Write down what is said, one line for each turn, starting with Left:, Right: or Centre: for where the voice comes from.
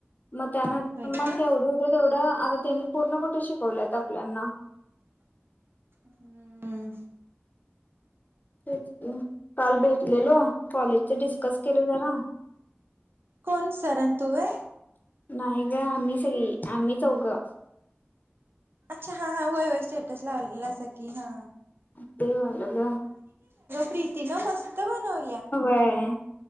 Left: मग त्यानंतर
Right: होय काय?
Left: मग केवढ होतय तेवढं आग त्यांनी पूर्ण कुठ शिकवल्यात आपल्यांना
Right: हम्म
Left: तेच की काल भेटलेलो कॉलेजचे डिस्कस केल जरा
Right: कोण सर आणि तु होय?
Left: नाही ग आम्ही सगळी आम्हीचौघं
Right: अच्छा हा हा होय होय स्टेटस लावलेलासा की हा
Left: ते झालं गं
Right: प्रीती न मस्त बनव
Left: व्हय